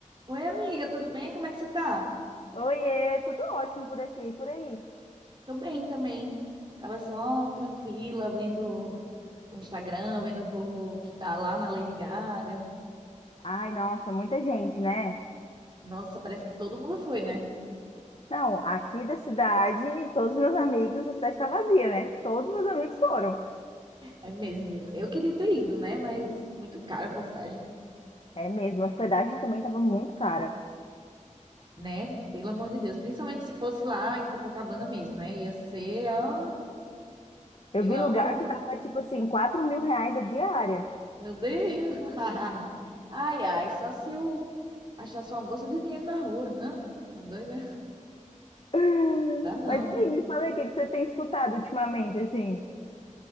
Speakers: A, on the right; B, on the left.
A: Oi, amiga, tudo bem? Como é que você tá?
B: Oiê, tudo ótimo por aqui, por aí.
A: Tô bem também. Tava só tranquila, vendo o Instagram, vendo o povo que tá lá na Lady Gaga.
B: Ai, nossa, muita gente, né?
A: Nossa, parece que todo mundo foi, né?
B: Não, aqui da cidade, todos os meus amigos, a cidade está vazia, né? Todos os meus amigos foram.
A: É mesmo, viu? Eu queria ter ido, né? Mas muito cara a passagem,
B: É mesmo, a hospedagem também estava muito cara.
A: né? Pelo amor de Deus. Principalmente se fosse lá em Copacabana mesmo, né? Ia ser, ó,
B: Eu
A: pela
B: vi lugar
A: ordem.
B: que tava tipo assim, quatro mil reais a diária.
A: Meu Deus! <laughs> Ai, ai, só se eu achasse uma bolsa de dinheiro na rua, né? Tá doido, né?
B: <laughs>
A: Dá não.
B: Mas e aí, me fala aí, o que que você tem escutado ultimamente, assim?